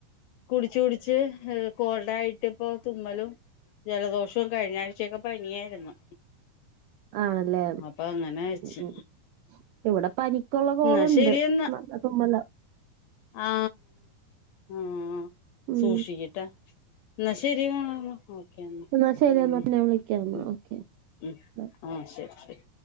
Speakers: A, on the left; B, on the right.
A: കുടിച് കുടിച് കോൾഡായിട്ട് ഇപ്പൊ തുമ്മലും ജലദോഷോം കഴിഞ്ഞ ആഴ്ചയൊക്കെ പനിയായിരുന്നു
B: ആണല്ലേ
A: മ് അപ്പൊ അങ്ങനെച്ച്
B: ഉം ഇവിടെ പനിക്കുള്ള കോളുണ്ട്
A: എന്നാ ശരിയെന്നാ
B: നല്ല തുമ്മല്ല
A: ആ ആ
B: ഉം
A: സൂക്ഷിക്ക്ട്ടാ എന്നാ ശരി മോളെന്നാ ഓക്കെ എന്ന
B: എന്നാ ശരി
A: മ്
B: എന്നാ പിന്നെ വിളിക്കാന്നാ
A: മ്
B: ഓക്കെ
A: ഉം
B: ബൈ
A: ആ ശരി ശരി